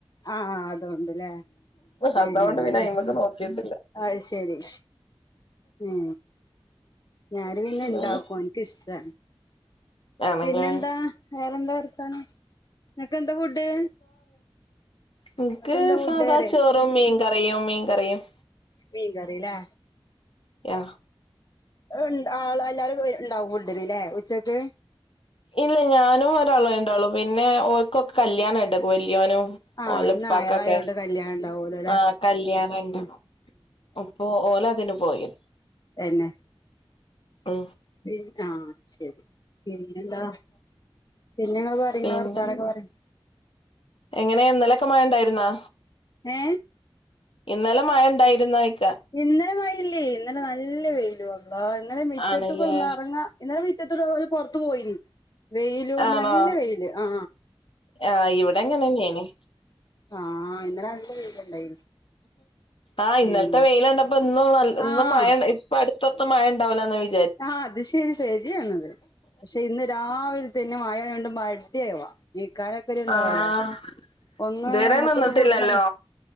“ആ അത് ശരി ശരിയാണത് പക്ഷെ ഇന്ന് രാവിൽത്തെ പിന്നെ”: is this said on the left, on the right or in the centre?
Left